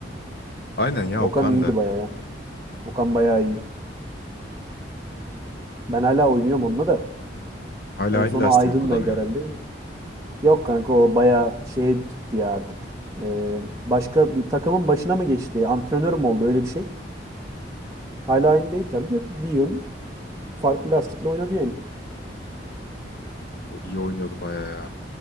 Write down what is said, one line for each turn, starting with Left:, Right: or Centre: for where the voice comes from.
Left: Aynen ya
Right: Okan
Left: Okan
Right: iyiydi
Left: da.
Right: bayağı ya. Okan bayağı iyi. Ben hala oynuyorum onunla da.
Left: Hala
Right: En
Left: aynı
Right: sonu
Left: lastiği
Right: Aydın'laydı
Left: mi kullanıyor?
Right: herhalde. Yok kanka o bayağı şeye gitti ya artık. Ee, başka bir takımın başına mı geçti? Antrenör mü oldu öyle bir şey? Hala aynı değil tabii de bir yıl farklı lastikle oynadı yani.
Left: O iyi oynuyordu bayağı ya.